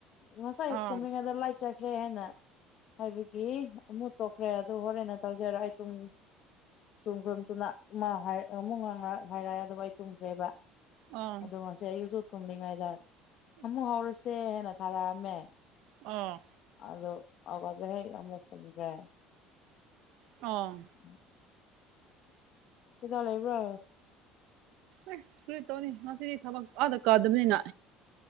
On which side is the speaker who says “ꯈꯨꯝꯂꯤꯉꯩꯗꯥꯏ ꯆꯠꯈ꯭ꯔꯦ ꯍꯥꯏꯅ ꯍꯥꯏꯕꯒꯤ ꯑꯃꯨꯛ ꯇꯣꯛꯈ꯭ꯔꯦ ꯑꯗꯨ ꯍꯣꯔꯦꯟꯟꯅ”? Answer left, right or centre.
Left